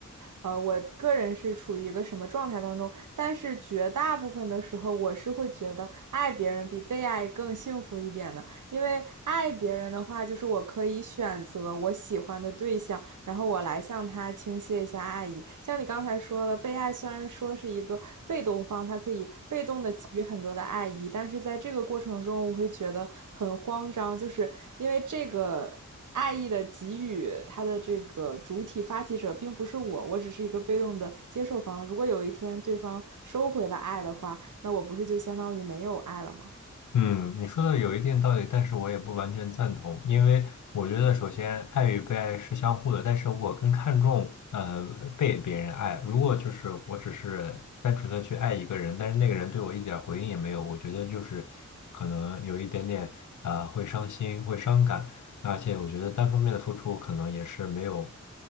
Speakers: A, on the right; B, on the left.
A: 呃，我个人是处于一个什么状态当中。但是绝大部分的时候，我是会觉得爱别人比被爱更幸福一点的。因为爱别人的话，就是我可以选择我喜欢的对象，然后我来向他倾泻一下爱意。像你刚才说的，被爱虽然说是一个被动方，他可以被动的给予很多的爱意，但是在这个过程中，我会觉得很慌张，就是因为这个。爱意的给予，它的这个主体发起者并不是我，我只是一个被动的接受方。如果有一天对方收回了爱的话，那我不是就相当于没有爱了吗？
B: 嗯，你说的有一定道理，但是我也不完全赞同，因为我觉得首先爱与被爱是相互的，但是我更看重呃被别人爱。如果就是我只是单纯的去爱一个人，但是那个人对我一点儿回应也没有，我觉得就是可能有一点点呃会伤心，会伤感，而且我觉得单方面的付出可能也是没有